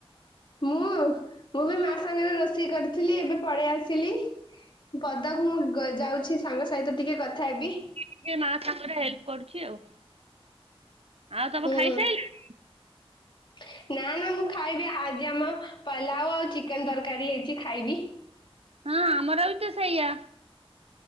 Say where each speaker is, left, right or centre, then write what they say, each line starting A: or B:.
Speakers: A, on the left (about 50°); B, on the right (about 75°).
A: ମୁଁ ମୁଁ ବି ମା ସାଙ୍ଗରେ ରୋଷେଇ କରୁଥିଲି ଏବେ ପଳେଇ ଆସିଲି। ପଦାକୁ ମୁଁ ଯାଉଚି ସାଙ୍ଗ ସହିତ ଟିକେ କଥା ହେବି।
B: ଟିକେ ମା ସାଙ୍ଗରେ ହେଲ୍ପ କରୁଚି ଆଉ ତମେ
A: ହୁଁ
B: ଖାଇସାରିଲଣି?
A: <inaudible> ନା ନା ମୁଁ ଖାଇବି ଆଜି ଆମ ପଲାଉ ଆଉ ଚିକେନ ତରକାରୀ ହେଇଚି ଖାଇବି।
B: ହଁ ଆମର ବି ତ ସେଇଆ।